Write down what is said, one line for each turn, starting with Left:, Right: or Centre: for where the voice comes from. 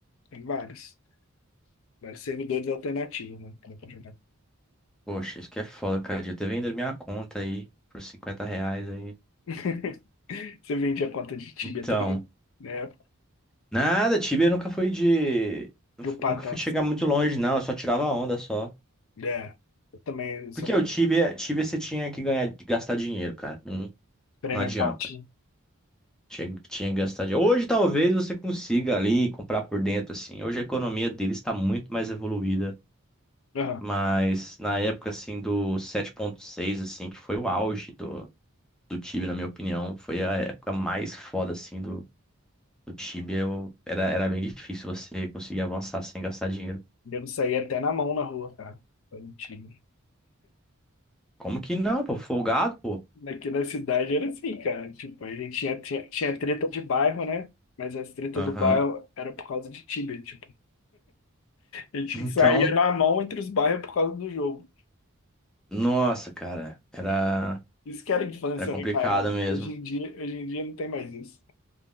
Left: tem vários. Vários servidores alternativos, né? que dá pra jogar.
Centre: Poxa, isso que é foda, cara. Devia ter vendido minha conta aí por 50 reais aí.
Left: <laughs> Você vende a conta de Tibia
Centre: Então.
Left: também, né?
Centre: Nada, Tibia nunca foi de.
Left: Dropar
Centre: Nunca
Left: tanto.
Centre: fui chegar muito longe, não. Eu só tirava onda só.
Left: É. Eu também sou
Centre: Porque o Tibia, Tibia você tinha que ganhar, gastar dinheiro, cara. Não,
Left: Premium
Centre: não adianta.
Left: account, né?
Centre: Tinha, tinha que gastar dinheiro. Hoje talvez você consiga ali comprar por dentro, assim. Hoje a economia deles está muito mais evoluída.
Left: Aham.
Centre: Mas na época, assim, do sete ponto seis assim, que foi o auge do, do Tibia, na minha opinião, foi a época mais foda, assim, do, do Tibia. Eu, era, era bem difícil você conseguir avançar sem gastar dinheiro.
Left: Devo sair até na mão na rua, cara. Foi mentira.
Centre: Como que não, pô? Folgado, pô.
Left: Aqui na cidade era assim, cara. Tipo, a gente tinha, tinha, tinha treta de bairro, né? Mas as tretas
Centre: Aham.
Left: do bairro era por causa de time, tipo. A gente
Centre: Então,
Left: saía na mão entre os bairros por causa do jogo.
Centre: nossa, cara, era,
Left: Isso que era infância,
Centre: era complicado
Left: né, cara?
Centre: mesmo.
Left: Hoje em dia, hoje em dia não tem mais isso.